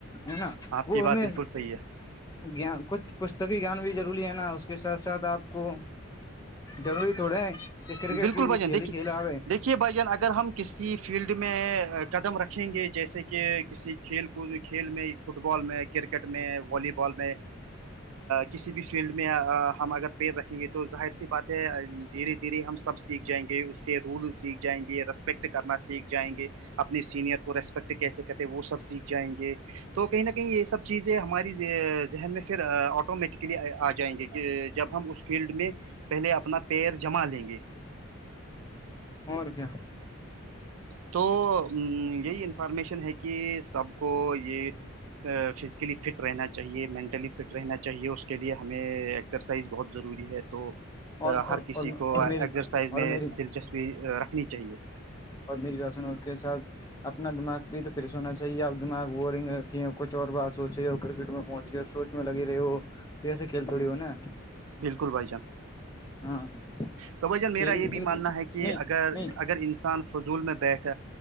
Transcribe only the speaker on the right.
آپ
کی بات
بالکل صحیح ہے
بالکل
بھائی
جان
دیکھیے
دیکھیے بھائی جان اگر ہم کسی فیلڈ میں قدم رکھیں گے جیسے کہ کسی کھیل کو کھیل میں فٹ بال میں کرکٹ میں والی بال میں کسی بھی فیلڈ میں ہم اگر پیر رکھیں گے تو ظاہر سی بات ہے دھیرے دھیرے ہم سب سیکھ جیںے اس کے رول سیکھ جائیں گے رس پیکٹ کرنا سیکھ جائیں گے اپنے سینئر کو ریسپیکٹ کیسے کرتے وہ سب سیکھ جائیں گے تو کہیں نہ کہیں یہ سب چیزیں ہماری ذہن میں پھر آٹومیٹکلی آ جائیں گی کہ جب ہم اس فیلڈ میں پہلے اپنا پر جما لیں گے
تو یہی انفارمیشن ہے کہ سب کو یہ فزیکلی فٹ رہنا چاہیے مینٹلی فٹ رہنا چاہیے اس کے لیے ہمیں ایکسرسائز بہت ضروری ہے تو
ہر کسی
کو ایزرسائز
میں
دلچسپی رکھنی چاہیے
بالکل بھائی جان
تو ب ج
میرا یہ
بھی ماننا ہے کہ اگر
اگر انسان فضول میں بیٹھ